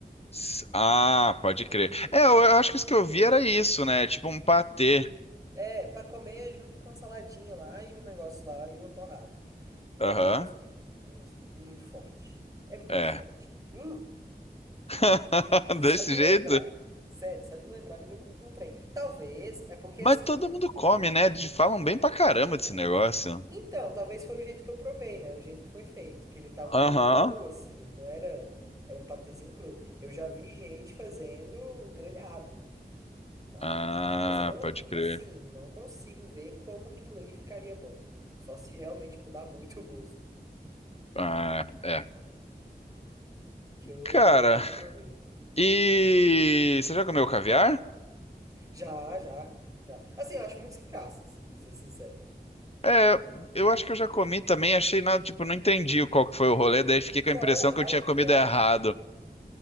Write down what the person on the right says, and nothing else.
É, pra comer junto com a saladinha lá e um negócio lá e uma torrada. Não,
não gostei. Não gostei. Muito forte. É muito
forte. Uh,
<laughs> só
de lembrar.
Sério, só de lembrar me deu um, um trem. Talvez, é porque
assim,
ele...
Então, talvez foi o jeito que eu provei, né? O jeito que foi feito. Que ele tava meio
cru, assim. Ele não era... Era um patezinho cru. Eu já vi gente fazendo grelhado e tal.
Mas eu não,
assim, não consigo ver como aquilo ali ficaria bom. Só se realmente mudar <laughs> muito o gosto.
que eu
realmente não provei.
Já, já, já. Assim, eu acho muito sem graça, assim, pra ser sincero.
Qual
é o hype,
né?